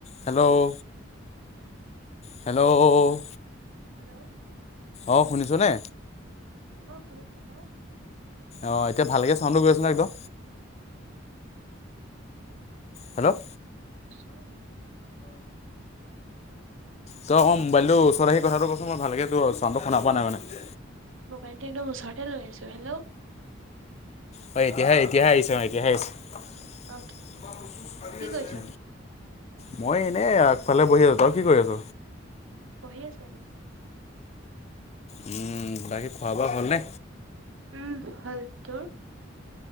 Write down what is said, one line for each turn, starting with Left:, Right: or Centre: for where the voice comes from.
Left: Hello hello
Right: hello
Left: অ' শুনিছনে?
Right: অঁ শুনিছো, তই?
Left: অঁ এতিয়া ভালকে চাউণ্টো গৈ আছে ন একদম। হেল্লৌ'
Right: অঁ হেল্লৌ' অঁ শুনিছানে?
Left: তই অকন মোবাইলটো ওচৰত আহি কথাটো কছোন ময় ভালকৈতো চাওণ্টো শুনা পোৱা নাই মানে।
Right: মোবাইলটো একদম ওচৰতে লৈ আছো। হেল্লৌ'
Left: হয়, এতিয়াহে এতিয়াহে এতিয়া আহিছে অঁ এতিয়া আহিছে। আহি
Right: অ কি
Left: আছে।
Right: কৰিছ
Left: মই এনেই আগফালে বহি আছো তই কি কৰি আছ?
Right: বহি আছো এনেই।
Left: উম' বাকী খোৱা বোৱা হ'লনে?
Right: উম' হল, তোৰ?